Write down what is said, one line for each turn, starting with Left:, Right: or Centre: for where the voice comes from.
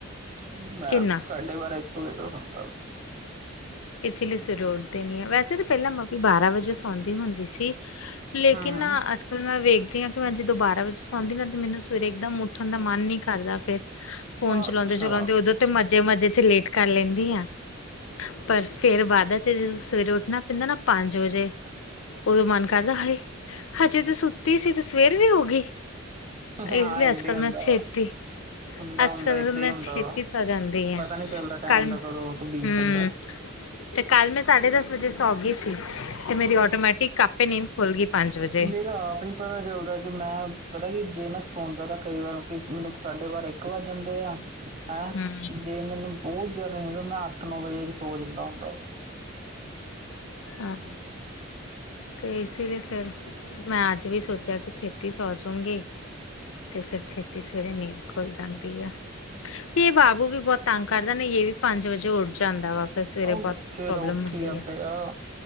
Right: ਮੈਂ
Left: ਕਿੰਨਾ
Right: ਸਾਡੇ ਬਾਰਾਂ ਈ ਦੋ ਵਜੇ ਤੋ ਸੌਂਦਾ ਵਾ।
Left: ਇਸੇ ਲਈ ਸਵੇਰੇ ਉੱਠਦੇ ਨੀ ਆ ਵੈਸੇ ਤਾਂ ਪਹਿਲਾਂ ਮੰਮੀ ਬਾਰਾਂ ਵਜੇ ਸੌਂਦੀ ਹੁੰਦੀ ਸੀ। ਲੇਕਿਨ
Right: ਹਾਂ ਹਾਂ।
Left: ਆ ਅਜ ਫਿਰ ਮੈਂ ਵੇਖਦੀ ਹਾਂ ਕਿ ਮੈਂ ਜਦੋਂ ਬਾਰਾਂ ਵਜੇ ਸੌਦੀ ਨਾ ਤੇ ਮੈਨੂੰ ਸਵੇਰੇ ਇੱਕਦਮ ਉੱਠਣ ਦਾ ਮਨ ਨੀ ਕਰਦਾ ਫਿਰ। ਫੋਨ
Right: ਅੱਛਾ
Left: ਚਲਾਉਂਦੇ-ਚਲਾਉਂਦੇ ਉਦੋਂ ਤੇ ਮਜ਼ੇ-ਮਜ਼ੇ 'ਚ ਲੇਟ ਕਰ ਲੈਂਦੀ ਆ। ਪਰ ਫੇਰ ਬਾਅਦਾਂ 'ਚ ਜਦੋਂ ਸਵੇਰੇ ਉੱਠਣਾ ਪੈਂਦਾ ਨਾ ਪੰਜ ਵਜੇ ਉਦੋਂ ਮਨ ਕਰਦਾ ਹਾਏ, ਹਜੇ ਤੇ ਸੁੱਤੀ ਸੀ ਤੇ ਸਵੇਰ ਵੀ ਹੋ ਗਈ।
Right: ਹਾਂ
Left: ਇਸ ਲਈ
Right: ਏਦਾਂ
Left: ਅੱਜ ਕੱਲ
Right: ਈ ਹੁੰਦਾ
Left: ਮੈਂ ਛੇਤੀ
Right: ਵਾ। ਹੁੰਦਾ-ਹੁੰਦਾ
Left: ਅੱਜ ਕੱਲ
Right: ਏਦਾਂ
Left: ਮੈਂ
Right: ਹੀ ਹੁੰਦਾ
Left: ਛੇਤੀ
Right: ਵਾ,
Left: ਸੌ ਜਾਂਦੀ ਆ
Right: ਪਤਾ ਨੀ ਚੱਲਦਾ ਟਾਈਮ
Left: ਕੱਲ
Right: ਦਾ ਕਦੋਂ ਬੀਤ
Left: ਹੂੰ
Right: ਜਾਂਦਾ।
Left: ਤੇ ਕੱਲ ਮੈਂ ਸਾਢੇ ਦਸ ਵਜੇ ਸੌ ਗੀ ਸੀ। ਤੇ ਮੇਰੀ ਆਟੋਮੈਟਿਕ ਆਪੇ ਨੀਂਦ ਖੁੱਲ ਗਈ ਪੰਜ ਵਜੇ।
Right: ਮੈਂ ਤਾਂ ਆਪ ਨੀ ਪਤਾ ਚੱਲਦਾ ਕਿ ਮੈਂ ਪਤਾ ਕਿ ਜੇ ਮੈਂ ਸ ਸੁਣਦਾ ਤਾਂ ਕਈ ਵਾਰ ਕਿ ਮੈਨੂੰ ਸਾਡੇ ਬਾਰਾਂ ਇੱਕ ਵੱਜ ਜਾਂਦੇ ਆ ਹੈਂ-
Left: ਹੂੰ
Right: ਜੇ ਮੈਨੂੰ ਬਹੁਤ ਜਿਆਦਾ ਮੈਂ ਅੱਠ ਨੌ ਵਜੇ ਵੀ ਸੋ ਜਾਂਦਾ ਹੁੰਦਾ ਵਾ।
Left: ਆਂ ਤੇ ਇਸ ਲਈ ਫਿਰ, ਮੈਂ ਅੱਜ ਵੀ ਸੋਚਿਆ ਕਿ ਛੇਤੀ ਸੌ ਜਾਉਗੀ। ਤੇ ਫਿਰ ਛੇਤੀ ਸਵੇਰੇ ਨੀਂਦ ਖੁੱਲ੍ਹ ਜਾਂਦੀ ਆ। ਇਹ ਬਾਬੂ ਵੀ ਬਹੁਤ ਤੰਗ ਕਰਦਾ ਯਿਹ ਪੰਜ ਵਜੇ ਉੱਡ ਜਾਂਦਾ ਵਾ। ਫਿਰ ਸਵੇਰੇ
Right: ਉਹ ਬੱਚੇ
Left: ਬਹੁਤ ਪ੍ਰੋਬਲਮ
Right: ਤਾਂ ਉੱਠ
Left: ਹੁੰਦੀ
Right: ਈ ਜਾਂਦੇ ਆ।